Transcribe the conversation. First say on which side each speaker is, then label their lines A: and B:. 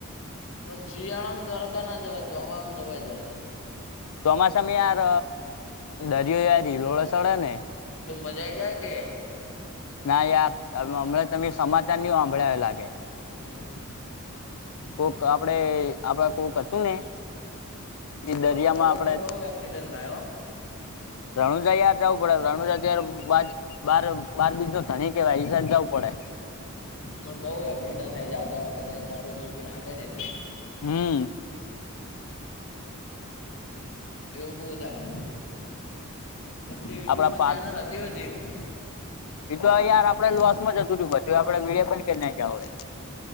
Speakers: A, on the left (about 65°); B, on the left (about 85°).
A: શિયાળમાં દ્વારકા ના જવાય ચોમાસામાં જવાય દ્વારકા
B: ચોમાસામાં યાર દરિયો યાર હિલોળે ચડે ને.
A: તો મજા આય જાય કે
B: ના યાર હમણાં તમે સમાચાર નહી સાંભળ્યા એવુ લાગે.
A: હમ્મ.
B: કોક આપડે આપડે કોક હતું ને એ
A: રણુજા
B: દરિયામાં
A: જાતા
B: આપડે
A: બહુ એક્સિડન્ટ થાય હો
B: રણુજા યાર જાવું પડે રાણુજા ત્યાર બા બાર બાર બીજ નો ધણી કેવાય એ સાઈડ જવું પડે.
A: પણ બઉ એક્સિડન્ટ થાય જાતા બધા દારૂ પીપી ન હાકે ને એટલે.
B: હમ્મ.
A: એવું બહુ થાય એટલે યુટ્યુબમાં
B: આપડા પાટ
A: ચેનલ <unintelligible>
B: એ તો યાર આપડે લોસમાં જતુ રયુ આપડે મીડિયા પણ કે ના ગયા હોય